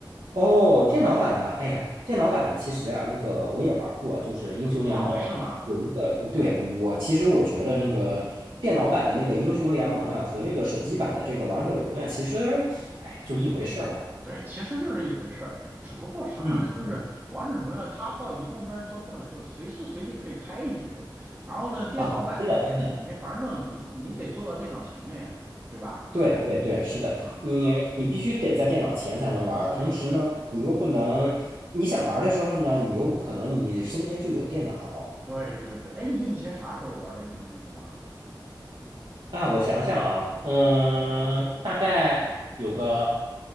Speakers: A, on the right (about 80°); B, on the right (about 25°).
A: 哦，电脑版的，哎呀，电脑版的其实啊，那个我也玩儿过，就是英雄联盟有一个，
B: 哦，是吗？
A: 对，我其实我觉得那个电脑版的那个英雄联盟呀、和这个手机版的这个王者荣耀其实，哎，就一回事儿吧。
B: 对，其实就是一回事儿，只不过啥呢？
A: 嗯嗯
B: 就是王者荣耀它到移动端之后呢，就随时随地可以开一局，然后呢，电脑版呢，
A: 啊，真的真的。
B: 就是你没法儿弄，你你得坐到电脑前面，对吧？
A: 对对对，是的，
B: 啊、
A: 你你必须得在电脑前才能玩儿，
B: 是是是，
A: 同时呢，你又不能，你想玩儿的时候呢，你又不可能你身边就有电脑
B: 对对对，哎，你以前啥时候玩的英雄联盟啊？
A: 啊。我想想啊，嗯，大概有个